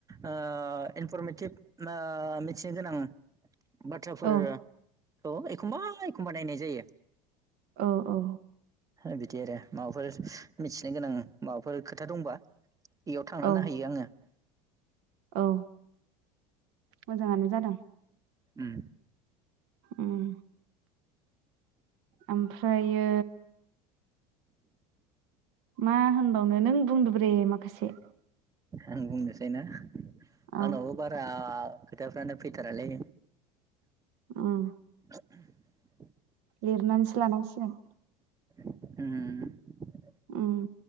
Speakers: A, on the right; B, on the right.
A: ओ इनफरमेटिभ ओ मिथिनो गोनां बाथ्राफोर
B: औ
A: औ एखमबा- एखमबा नायनाय जायो
B: औ औ
A: बिदि आरो माबाफोर मिथिनो गोनां माबाफोर खोथा दंबा इयाव थांना‌
B: औ
A: नायहैयो आङो
B: औ मोजाङानो जादों
A: उम
B: उम ओमफ्रायो मा होनबावनो नों बुंदोब्रे माखासे
A: आं बुंनोसैना
B: औ
A: आंनावबो बारा खोथाफ्रानो फैथारालै
B: उम
A: <unintelligible>
B: लिरनानैसो लानांसिगोन
A: ओम
B: उम